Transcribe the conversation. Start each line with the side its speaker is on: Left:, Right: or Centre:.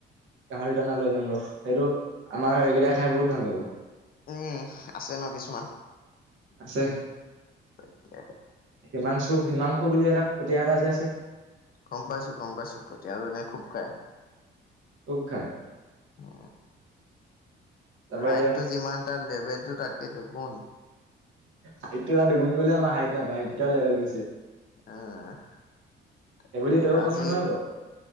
Right: গাহৰি দানা লৈ যাম ৰো সেইটো আমাৰ এইকেইটা খাই বহুত ভাল পাব
Left: উম আছে ন কিছুমান
Right: আছে
Left: তাকেহে
Right: হিমাংশু। হিমাংশু বুলি এটা কটিয়া এটা যে আছে।
Left: কম পাইছোঁ গম পাইছোঁ কটিয়া আৰু নে খুব কাৰে।
Right: খুব খায়।
Left: উ
Right: তাৰপৰা
Left: হাইটো
Right: এতিয়া
Left: যিমান তাৰ লেভেল টো তাতকে দু গুণ।
Right: সিটো এটা দুগুণ কৰিলেও আমাৰ হাইট নাবাঢ়ে সেইটো লেভেল হৈছে।
Left: আহ তাকে
Right: সেইবুলি তইও কম
Left: আজি
Right: নহয় আকৌ